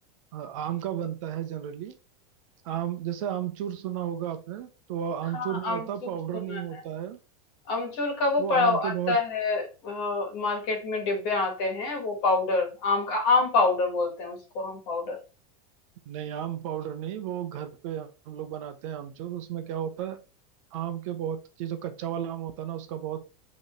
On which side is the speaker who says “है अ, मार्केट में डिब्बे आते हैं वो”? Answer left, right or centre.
Left